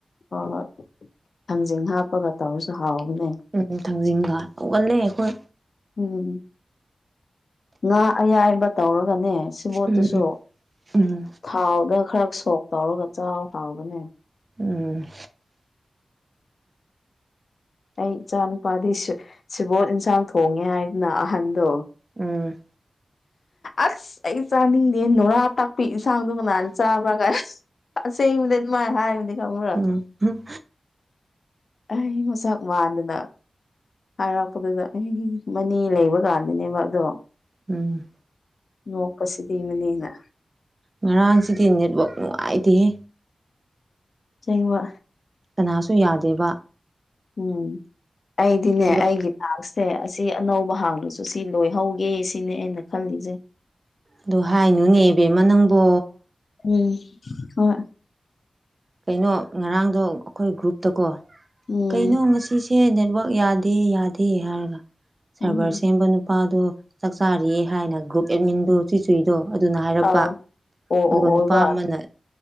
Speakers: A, on the left (about 70°); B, on the right (about 45°).
A: ꯍꯣꯏ - ꯍꯣꯏ ꯊꯥꯡꯖꯤꯡ ꯍꯥꯞꯄꯒ ꯇꯧꯔꯁꯨ ꯍꯥꯎꯕꯅꯦ꯫
B: ꯎꯝ ꯊꯥꯡꯖꯤꯡꯒ ꯍꯧꯒꯜꯂꯦ ꯑꯩꯈꯣꯏ
A: ꯎꯝ ꯉꯥ ꯑꯌꯥꯏꯕ ꯇꯧꯔꯒꯅꯦ ꯁꯤꯕꯣꯠꯇꯨꯁꯨ
B: ꯎꯝ ꯎꯝ
A: ꯊꯥꯎꯗ ꯈꯔ ꯁꯣꯛ ꯇꯧꯔꯒ ꯆꯥꯎ ꯍꯥꯎꯕꯅꯦ꯫
B: ꯎꯝ
A: ꯑꯩ ꯏꯆꯥ ꯅꯨꯄꯥꯗꯤ ꯁꯤꯕꯣꯠ ꯏꯟꯁꯥꯡ ꯊꯣꯡꯉꯦ ꯍꯥꯏꯗꯅ ꯑꯍꯟꯗꯣ
B: ꯎꯝ
A: ꯑꯁ! ꯑꯩ ꯆꯥꯅꯤꯡꯗꯦ ꯅꯨꯔꯥ ꯇꯛꯄꯤ ꯏꯟꯁꯥꯡꯗꯣ ꯀꯥꯅꯥ ꯆꯥꯕ꯭ꯔꯥꯒ ꯑꯁꯦꯡꯕꯅꯦ ꯑꯗꯨꯃꯥꯏꯅ ꯍꯥꯏꯕꯅꯤ ꯈꯪꯕꯔ꯫
B: ꯎꯝ ꯎꯝ
A: ꯑꯩ ꯃꯁꯛ ꯃꯥꯟꯗꯅ ꯍꯥꯏꯔꯛꯄꯗꯨꯗ <unintelligible> ꯃꯅꯦ ꯂꯩꯕ ꯀꯥꯟꯗꯅꯦꯕ ꯑꯗꯣ꯫
B: ꯎꯝ
A: ꯅꯣꯛꯄꯁꯤꯗꯤ ꯃꯅꯦꯅ
B: ꯉꯔꯥꯡꯁꯤꯗꯤ ꯅꯦꯠꯋꯥꯛ ꯅꯨꯡꯉꯥꯏꯇꯦꯍꯦ꯫
A: ꯁꯦꯡꯕꯥ
B: ꯀꯅꯥꯁꯨ ꯌꯥꯗꯦꯕ
A: ꯎꯝ ꯑꯩꯗꯤꯅꯦ
B: ꯑꯗ
A: ꯑꯩꯒꯤ ꯇꯥꯛꯁꯁꯦ ꯑꯁꯤ ꯑꯅꯧꯕ ꯍꯥꯡꯂꯁꯨ ꯁꯤ ꯂꯣꯏꯍꯧꯒꯦ ꯁꯤꯅꯦ ꯑꯩꯅ ꯈꯜꯂꯤꯁꯦ꯫
B: ꯑꯗꯨ ꯍꯥꯏꯅꯨꯅꯦ ꯕꯦꯝꯃ ꯅꯪꯕꯣ
A: ꯎꯝ ꯍ
B: ꯀꯩꯅꯣ ꯉꯔꯥꯡꯗꯣ ꯑꯩꯈꯣꯏ ꯒ꯭ꯔꯨꯞꯇꯀꯣ
A: ꯎꯝ
B: ꯀꯩꯅꯣ ꯉꯁꯤꯁꯦ ꯅꯦꯠꯋꯥꯛ ꯌꯥꯗꯦ ꯌꯥꯗꯦ ꯍꯥꯏꯔꯒ ꯁꯚꯔ
A: ꯎꯝ
B: ꯁꯦꯝꯕ ꯅꯨꯄꯥꯗꯣ ꯆꯥꯛꯆꯥꯥꯔꯤ ꯍꯥꯏꯅ ꯒ꯭ꯔꯨꯞ ꯑꯦꯗꯃꯤꯟꯗꯣ ꯆꯨ ꯆꯨꯏꯗꯣ ꯑꯗꯨꯅ ꯍꯥꯏꯔꯛꯄ
A: ꯑꯥꯎ ꯑꯣ
B: ꯑꯗꯨꯒ
A: ꯑꯣ ꯑꯣꯏꯕ꯭ꯔꯥ
B: ꯅꯨꯄꯥ ꯑꯃꯅ